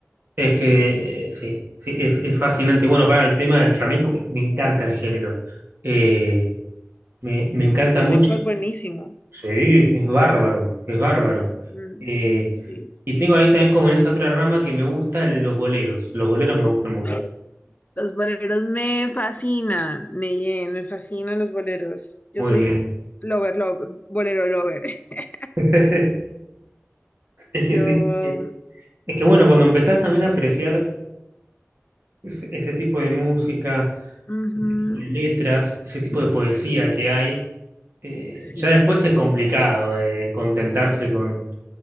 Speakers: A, on the right; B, on the left.
A: Es que eh, sí, sí, es, es fascinante. Bueno, para el tema del flamenco, me, me encanta el género. Eh, me, me encanta
B: El flamenco
A: mucho.
B: es buenísimo.
A: Sí, es bárbaro, es bárbaro.
B: Mm,
A: Eh,
B: sí, sí.
A: y tengo ahí también como en esa otra rama que me gustan los boleros. Los boleros me gustan
B: <gasps>
A: mucho.
B: Ah, Los boleros me fascinan, me, llen- me fascinan los boleros. Yo
A: Muy
B: soy
A: bien.
B: lover, lover, bolero lover. <laughs>
A: <laughs> Es que
B: Yo,
A: sí. sí. Es que bueno, cuando empezás también a apreciar ese, ese tipo de música,
B: ujú,
A: ese tipo de letras, ese tipo de poesía
B: sí,
A: que hay, eh,
B: sí.
A: ya después es complicado eh, contentarse con